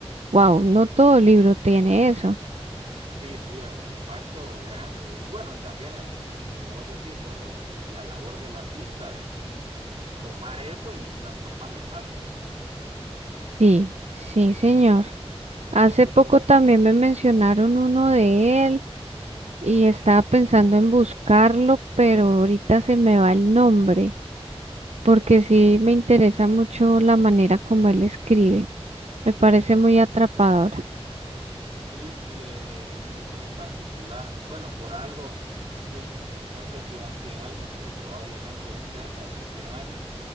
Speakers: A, on the right; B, on the right.
A: wow, no todo libro tiene eso.
B: Sí, sí, es un impacto grande. Y bueno, y también el, como vos decís, ¿no? Lo, la labor del artista de pues tomar eso y transformarlo en algo, ¿no?
A: Sí, sí, señor. Hace
B: Sí,
A: poco también me mencionaron uno de él y estaba pensando en buscarlo, pero ahorita se me va el nombre, porque sí me interesa mucho la manera como él escribe. Me parece muy atrapadora.
B: Sí, sí, es, de- es muy, muy particular. Bueno, por algo, 100, no sé si van 100 años, pero probablemente o cerca de los 100 años,